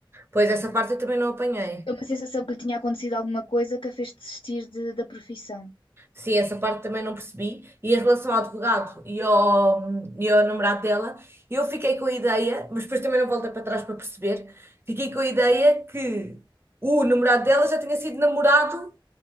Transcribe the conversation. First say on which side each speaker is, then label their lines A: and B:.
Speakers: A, on the right; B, on the left.
A: Pois essa parte eu também não apanhei.
B: É uma sensação que lhe tinha acontecido alguma coisa que a fez desistir de- da profissão.
A: Sim, essa parte também não percebi. E em relação ao advogado e ao, e ao namorado dela, eu fiquei com a ideia, mas depois também não voltei para trás para perceber, fiquei com a ideia que o namorado dela já tinha sido namorado